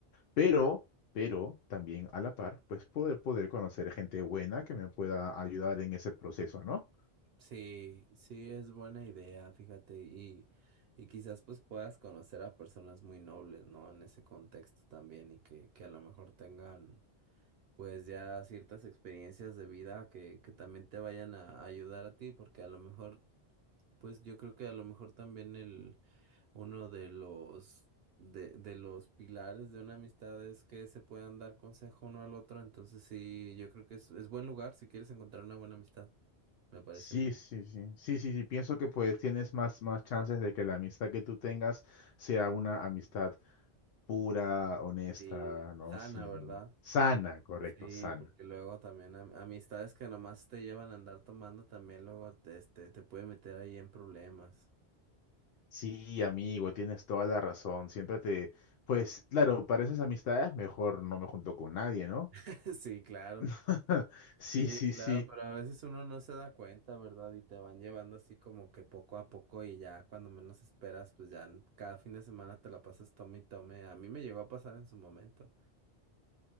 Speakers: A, on the left; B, on the right.
A: pero, pero también a la par, pues poder, poder conocer gente buena que me pueda ayudar en ese proceso, ¿no?
B: Sí, sí, es buena idea, fíjate, y, y quizás pues puedas conocer a personas muy nobles, ¿no? En ese contexto también y que, que a lo mejor tengan pues ya ciertas experiencias de vida que, que también te vayan a ayudar a ti, porque a lo mejor, pues yo creo que a lo mejor también el uno de los de, de los pilares de una amistad es que se puedan dar consejo uno al otro. Entonces sí, yo creo que es, es buen lugar si quieres encontrar una buena amistad. Me parece
A: Sí,
B: muy bien.
A: sí, sí, sí, sí, sí, pienso que pues tienes más, más chances de que la amistad que tú tengas sea una amistad pura, honesta,
B: Sí,
A: ¿no?
B: sana,
A: Sin
B: ¿verdad?
A: sana, correcto,
B: Sí,
A: sana.
B: porque luego también am- amistades que nomás te llevan a andar tomando también luego te, este, te puede meter ahí en problemas.
A: Sí, amigo, tienes toda la razón. Siempre te, pues, claro, para esas amistades mejor no me junto con nadie, ¿no?
B: <laughs> Sí, claro.
A: <laughs> Sí,
B: Sí,
A: sí,
B: claro,
A: sí.
B: pero a veces uno no se da cuenta, ¿verdad? Y te van llevando así como que poco a poco y ya cuando menos esperas, pues ya n- cada fin de semana te la pasas tome y tome. A mí me llegó a pasar en su momento.